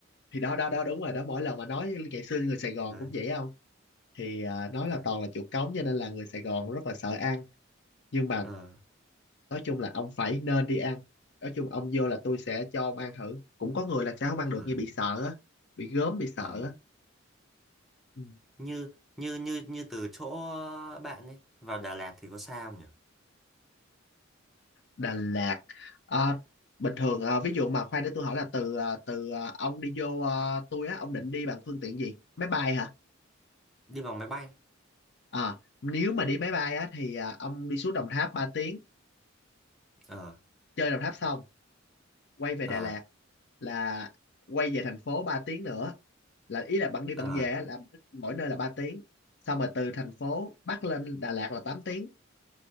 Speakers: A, on the left; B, in the centre.
A: thì đó đó đó đúng rồi đó mỗi lần mà nói ngày xưa người Sài Gòn
B: đấy
A: cũng vậy không thì à, nó
B: đấy
A: là toàn là chuột cống cho nên là người Sài Gòn rất là sợ ăn nhưng mà
B: ờ
A: nói chung là ông phải nên đi ăn nói chung ông vô là tôi sẽ cho ông ăn thử cũng có người là sẽ không ăn được
B: ờ
A: như bị sợ á bị gớm bị sợ
B: ờ.
A: á ừ.
B: như như như như từ chỗ bạn ấy vào Đà Lạt thì có xa không nhỉ
A: Đà Lạt à, bình thường à, ví dụ mà khoan để tôi hỏi là từ à, từ à, ông đi vô à, tôi á ông định đi bằng phương tiện gì máy bay hả
B: đi bằng máy bay
A: à, nếu mà đi máy bay á thì à, ông đi xuống Đồng Tháp 3 tiếng
B: ờ
A: chơi Đồng Tháp xong quay về
B: ờ
A: Đà Lạt là quay về thành phố 3 tiếng nữa là ý là bạn đi bạn
B: ờ
A: về á, là mỗi nơi là 3 tiếng xong rồi từ thành phố Bắc lên Đà Lạt là tám tiếng